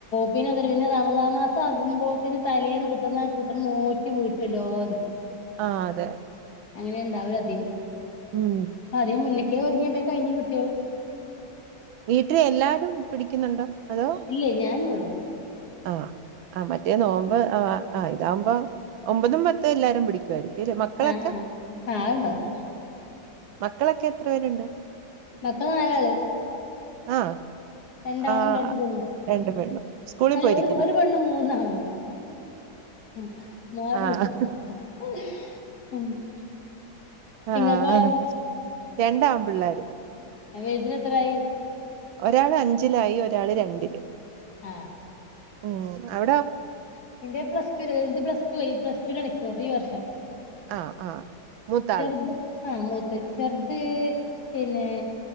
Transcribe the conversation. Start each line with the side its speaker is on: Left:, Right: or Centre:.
Left: പിന്നെ എന്തറിയോ പിന്നെ റമളാമാസം ആകുമ്പോത്തിന് തലേന്ന് കുത്തർന്നാണ്ട് കുത്തർന്ന് ന്നോറ്റ് വീട്ടും എല്ലാരും.
Right: ആഹ് അതെ
Left: അങ്ങനെണ്ടാവല് അധികും.
Right: ഉം
Left: ആദ്യ മുന്ന് ക്കേ ഒരുങ്ങിയ ബേ കഴിഞ് കിട്ട്യോളും.
Right: വീട്ടിൽ എല്ലാരും പിടിക്കുന്നുണ്ടോ? അതോ
Left: ഇല്ലേ ഞാനന്നെ ഉള്ളു.
Right: ആഹ് ആഹ് മറ്റേ നോമ്പ് ആഹ് ഇതാവുമ്പോ ഒമ്പതും പത്തും എല്ലാരും പിടിക്കുവായിരിക്കും. അല്ലേ മക്കളൊക്കെ
Left: ആഹ് ആഹ് ആഹ് ഇണ്ടാവും.
Right: മക്കളൊക്കെ എത്ര പേര്ണ്ട്?
Left: മക്കള് നാലാള്.
Right: ആഹ്
Left: രണ്ടാണും
Right: ആഹ്
Left: രണ്ട് പെണ്ണും
Right: രണ്ട് പെണ്ണും. സ്കൂളിൽ
Left: അല്ല
Right: പോയിരിക്കുന്നു
Left: ഒരു ഒരു പെണ്ണും മൂന്നാണും. <unintelligible>
Right: ആഹ് ആഹ്
Left: ഇങ്ങക്കോ
Right: രണ്ടാം പിള്ളേര്.
Left: വെൽതിന് എത്രായി?
Right: ഒരാള് അഞ്ചിലായി, ഒരാള് രണ്ട്ല്
Left: ആഹ്
Right: ഓ അവിടെ
Left: എന്റെ പ്ലസ്ടു പ്ലസ് ടു ആയി പ്ലസ്ടു ലാണ് ഈ വർഷം
Right: ആഹ് ആഹ് മൂത്താള്
Left: ചെറുത് ആഹ് മൂത്തഹ് ചെർത് പിന്നെ